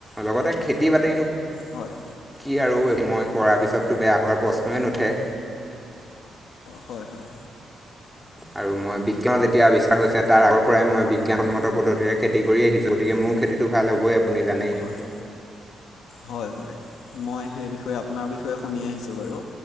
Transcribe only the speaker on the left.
হয়।
হয় হয়।
হয় হয় হয় হয় মই সেই বিষয়ে আপোনাৰ বিষয়ে শুনি আহিছো বাৰু